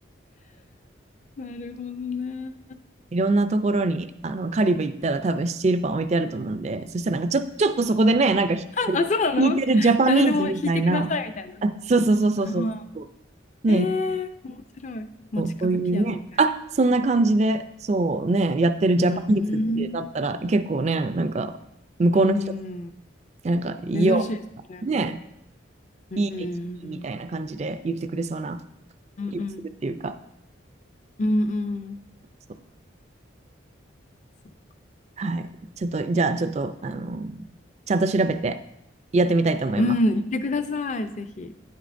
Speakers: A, on the left; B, on the right.
A: なるほどね。
B: いろんなところに、あの、カリブ行ったら多分スチールパン置いてあると思うんで、そしたらなんかちょ、ちょっとそこでね、なんかひ
A: あ、そうなの誰でも弾いてくださいみたいな。
B: 弾いてるジャパニーズみたいな、あ、そうそうそうそうそう、
A: はえ
B: ね、
A: え面白い。街角ピアノみたいな感じで。
B: そうそういうね、あ、そんな感じで、そうね、やってるジャパニーズってなったら結構ね、
A: うーん。
B: なんか向こうの人、
A: うん、
B: なんか、いいよ、
A: 珍しいですね。
B: ね、
A: うんうん
B: いい駅みたいな感じで言ってくれそうな
A: うん。
B: 気がするっていうか、
A: うんうん。うんうん。
B: そう
A: そう。
B: はい、ちょっと、じゃあちょっと、あの、ちゃんと調べてやってみたいと思います。
A: うん、行ってください、ぜひ。